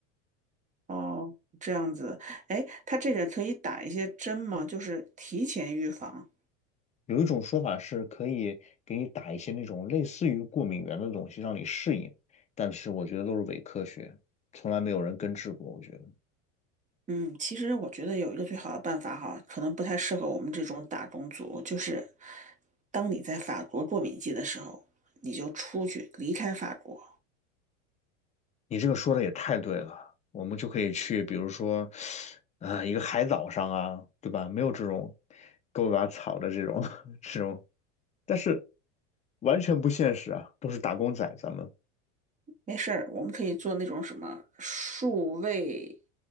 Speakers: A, on the right (about 20°); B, on the left (about 20°).
A: 哦，这样子。哎，它这个可以打一些针吗？就是提前预防。
B: 有一种说法是可以给你打一些那种类似于过敏源的东西让你适应，但是我觉得都是伪科学，从来没有人根治过。我觉得
A: 嗯，其实我觉得有一个最好的办法哈，可能不太适合我们这种打工族，就是当你在法国过敏季的时候，你就出去离开法国，
B: 你这个说的也太对了，我们就可以去，比如说，啊、一个海岛上啊，对吧？没有这种狗尾巴草的这种 <laughs> 这种，但是完全不现实啊，都是打工仔，咱们
A: 没事儿，我们可以做那种什么数位，